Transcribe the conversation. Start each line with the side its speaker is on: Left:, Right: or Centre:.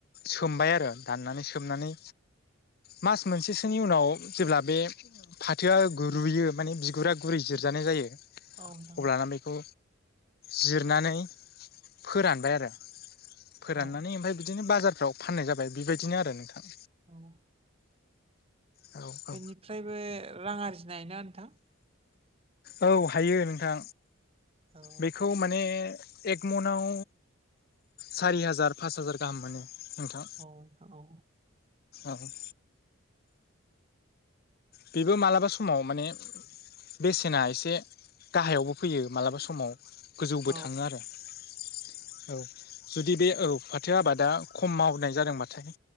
Left: सोमबाय आरो दाननानै सोमनानै मास मोनसेसोनि उनाव जेब्ला बे फाथोआ गुरुयो माने बिगुरा गुरै जिरजानाय जायो
Right: औ नोंथां
Left: अब्लाना बेखौ जिरनानै फोरानबाय आरो फोराननानै
Right: औ
Left: ओमफ्राय बिदिनो बाजारफ्राव फाननाय जाबाय बेबायदिनो आरो नोंथां।
Right: औ
Left: औ औ
Right: बेनिफ्रायबो रां आरजिनाय ना नोंथां?
Left: औ हायो नोंथां
Right: औ
Left: बेखौ माने एक मनआव सारि हाजार पास हाजार गाहाम मोनो। नोंथां
Right: औ नोंथां औ
Left: ओ बेबो मालाबा समाव माने बेसेना एसे गाहायावबो फैयो मालाबा समाव गोजौबो
Right: औ
Left: थाङो आरो औ। जुदि बे ओ फाथो आबादा खम मावनाय जादोंबाथाय